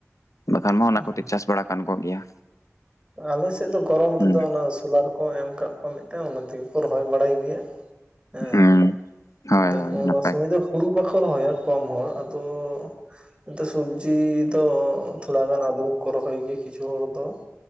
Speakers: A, on the left (about 85°); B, on the right (about 20°).
A: ᱵᱟᱠᱷᱟᱱ ᱢᱟ ᱚᱱᱟ
B: ᱦᱩᱸ
A: ᱠᱚᱛᱮ ᱪᱟᱥ ᱵᱟᱲᱟ ᱜᱟᱱ ᱠᱚᱜ ᱜᱮᱭᱟ᱾
B: ᱟᱞᱮ ᱥᱮᱫ ᱫᱚ ᱜᱚᱨᱚᱢ ᱨᱮᱫᱚ
A: ᱦᱩᱸ
B: ᱚᱱᱟ ᱥᱳᱞᱟᱨ ᱠᱚ ᱮᱢ ᱠᱟᱜ ᱠᱚᱣᱟ ᱢᱤᱫᱴᱟᱝ ᱚᱱᱟ ᱛᱮᱜᱮ ᱠᱚ ᱨᱚᱦᱚᱭ ᱵᱟᱲᱟᱭ ᱜᱮᱭᱟ᱾ ᱦᱮᱸ
A: ᱦᱩᱸ ᱦᱳᱭ
B: ᱛᱟᱯᱚᱨ
A: ᱦᱳᱭ
B: ᱚᱱᱟ
A: ᱱᱟᱯᱟᱭ
B: ᱥᱚᱢᱚᱭ ᱫᱚ ᱦᱩᱲᱩ ᱵᱟᱠᱚ ᱨᱚᱦᱚᱭᱟ ᱠᱚᱢ ᱦᱚᱲ ᱟᱫᱚ ᱟᱫᱚ ᱥᱚᱵᱽᱡᱤ ᱛᱚ ᱛᱷᱚᱲᱟ ᱜᱟᱱ ᱟᱞᱩ ᱦᱚᱸᱠᱚ ᱨᱚᱦᱚᱭ ᱜᱮᱭᱟ ᱠᱤᱪᱷᱩ ᱦᱚᱲ ᱫᱚ᱾